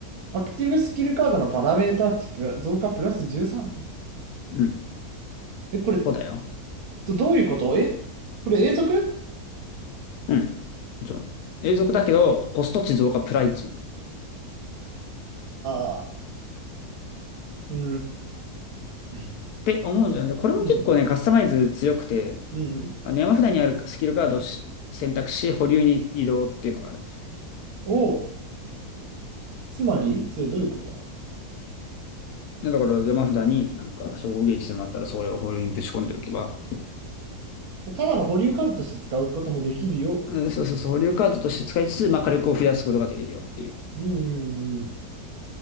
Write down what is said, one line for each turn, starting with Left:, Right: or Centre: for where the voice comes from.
Right: アクティブスキルカードのパラメータ値プラ増加プラス 13?
Left: うん。
Right: え、これ、
Left: そうだよ。
Right: どどういうことえこれ永続
Left: うん。もちろん。永続だけど、コスト値増加プライチ。っ
Right: ああー、うーん。
Left: て思うんじゃないこれも結構ね、
Right: うん。
Left: カスタマイズ強くて、
Right: うんうん
Left: まあの山札にあるスキルカードをし選択し、保留に移動っていうのがある。
Right: を、つまり、それどういうこと
Left: んだから山札になんか称号ゲージでもあったら、それを保留にぶち込んでおけば、
Right: ただの保留カードとして使うこともできるよ。
Left: うんそうそうそう、保留カードとして使いつつ、まあ火力を増やすことができるよっていう。
Right: うん、うんうん。